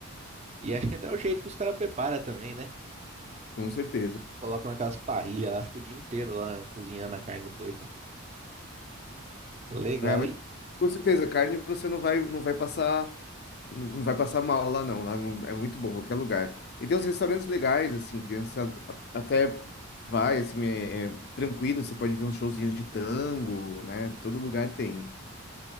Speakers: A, on the right; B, on the left.
A: E acho que até o jeito que os caras preparam também, né?
B: Com certeza.
A: Colocam naquelas parrilhas lá, fica o dia inteiro lá cozinhando a carne do boi, cara. Legal
B: É, mas
A: e
B: com certeza, carne você não vai, não vai passar. Não vai passar mal lá, não. Lá é muito bom, qualquer lugar. E tem uns restaurantes legais, assim, criança a- até vai, assim, é, é tranquilo. Você pode ver uns showzinhos de tango, né? Todo lugar tem.